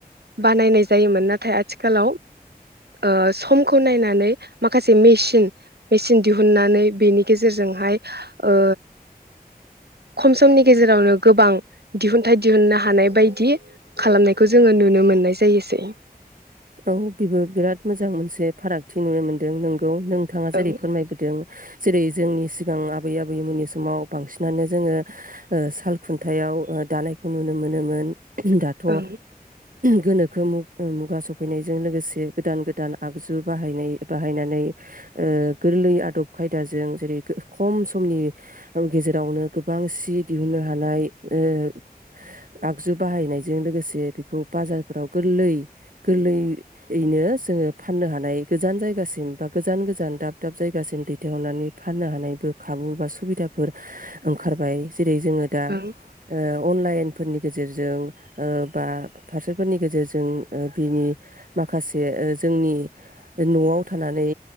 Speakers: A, on the right; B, on the right.
A: बानायनाय जायोमोन नाथाय आथिखालाव ओ समखौ नायनानै माखासे मेसिन मेसिन दिहुननानै बेनि गेजेरजोंहाय ओ खम समनि गेजेरावनो गोबां दिहुनथाइ दिहुननो हानाय बायदि खालामनायखौ जोङो नुनो मोननाय जायोसै।
B: औ बेबो बिराद मोजां मोनसे फारागथि नुनो मोनदों नों औ नोंथाङा जेरै
A: ओं
B: फोरमायबोदों। जेरै जोंनि सिगां आबै आबैमोननि समाव बांसिनानो जोङो ओ साल खुन्थायाव ओ दानायखौ नुनो मोनोमोन। दाथ'
A: ओं
B: गोनोखो मुग ओ मुगा सग फैनायजों लोगोसे गोदान गोदान आगजु बाहायनाय बाहायनानै ओ गोरलै आदब खायदाजों जेरै खम समनि गेजेरावनो गोबां सि दिहुननो हानाय ओ आगजु बाहायनायजों लोगोसे बेखौ बाजारफोराव गोरलै गोरलैयैनो जोङो फाननो हानाय गोजान जायगासिम बा गोजान गोजान दाब दाब जायगासिम दैथायहरनानै फाननो हानायबो खाबु बा सुबिदाफोर ओंखारबाय। जेरै जोङो दा
A: ओं
B: ओ अनलाइन फोरनि गेजेरजों ओ बा फारसेफोरनि गेजेरजों ओ बिनि माखासे ओ जोंनि न'आव थानानै